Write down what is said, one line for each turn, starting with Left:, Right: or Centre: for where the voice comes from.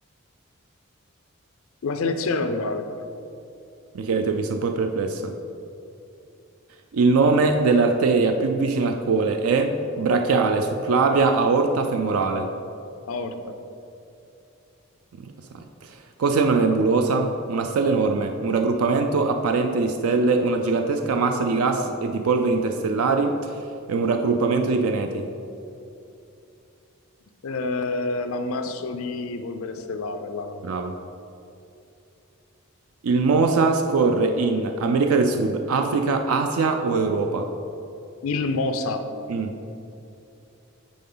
Left: La selezione naturale,
Right: Michele, ti ho visto un po' perplesso. Il nome dell'arteria più vicina al cole è brachiale, succlavia, aorta femorale.
Left: aorta.
Right: Mm, Già sai. Cos'è una nebulosa? Una stella enorme, un raggruppamento apparente di stelle, una gigantesca massa di gas e di polveri interstellari e un raggruppamento di pianeti.
Left: Eh, l'ammasso di polvere stellare, la-
Right: Bravo. Il MOSA scorre in America del Sud, Africa, Asia o Europa?
Left: il MOSA,
Right: Mm,